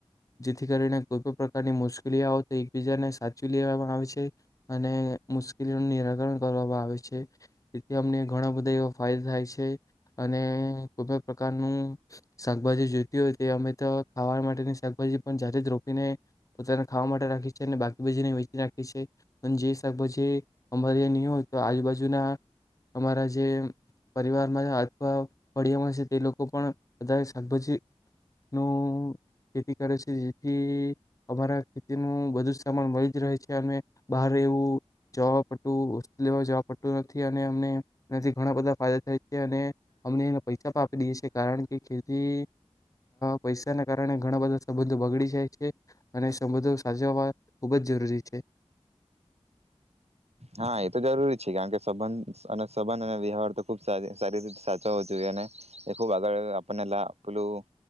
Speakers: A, on the left; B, on the right.
A: જેથી કરીને કોઈ પણ પ્રકારની મુશ્કેલીઓ તો એકબીજાને સાચવી લેવામાં આવે છે અને મુ નુ નિરાકરણ કરવામાં આવે છે તેથી અમને ઘણા બધા એવા ફાયદા થાય છે અને કોઈ પણ પ્રકારનું શાકભાજી જોઈતી હોય તે અમે તો ખાવા માટેની શાકભાજી પણ જાતે જ રોપીને પોતાના ખાવા માટે રાખી છે અને બાકી બાજીને વેચી નાખી છી અને જે શાકભાજી અમારી નહીં હોય તો આજુબાજુના અમારા જે પરિવારમાં અથવા ફડિયામાં છે તે લોકો પણ વધારે શાકભાજી નું ખેતી કરે છે જેથી અમારા ખેતીનું બધું જ સામાન મળી જ રહે છે અને બહાર રેવું જોબ લેવા જવા પડતું નથી અને અમને એથી ઘણા બધા ફાયદા થાય છે અને અમને એ પૈસા પણ આપી દે છે કારણ કે ખેતી પૈસાના કારણે ઘણા બધા સંબંધો બગડી જાય છે અને સંબંધો સાચવવા ખૂબ જ જરૂરી છે
B: હા એતો જરૂરી છે કારણ કે સબંધ અને સંબંધ અને વ્યવહાર તો ખુબ સારી રીતે સાચવો જોઈએ અને એ ખુબ આગળ આપણને લા પેલું